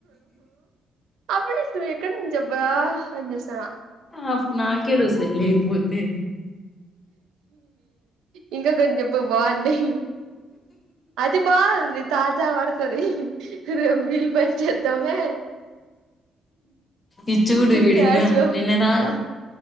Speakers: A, on the right; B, on the left.
A: అప్పుడు నువ్ ఎక్కడ నుంచి అబ్బా అని చూస్తున్నా
B: ఆపు నాకెడోస్తాయి లేకపోతే
A: ఇంకా కొని చెప్పు బాగున్నయ్ అది బా ఉంది తాజా వర్ తది రెప్ వీల్పని చేద్దామే
B: ఈ చూడు విడింగ
A: క్లాస్ లో
B: నిన్నదా
A: ఆ